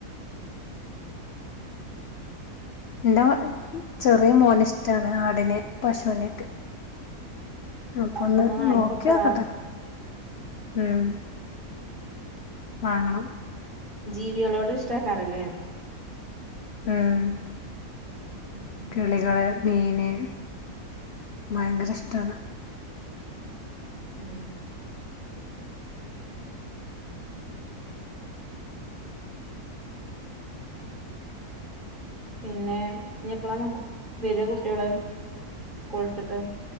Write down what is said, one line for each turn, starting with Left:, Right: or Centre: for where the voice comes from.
Left: എന്റെ ചെറിയ മോനിഷ്ടാണ് ആടിനെ പശുവിനൊക്കെ. അപ്പൊന്ന്
Right: എന്നാ ഒന്ന് വാങ്ങി
Left: നോക്കിയായൊക്കെ
Right: കൊടുത്തടാ
Left: തരും വാങ്ങണം
Right: ജീവികളോടും ഇഷ്ടക്കാരല്ലേ
Left: ആഹ്
Right: ഉം
Left: കിളികള് മീന് ഭയങ്കര ഇഷ്ടാണ്
Right: മ് പിന്നെ ഇനി എപ്പളാ വരിക കുട്ടികള് സ്കൂളു വിട്ടിട്ട്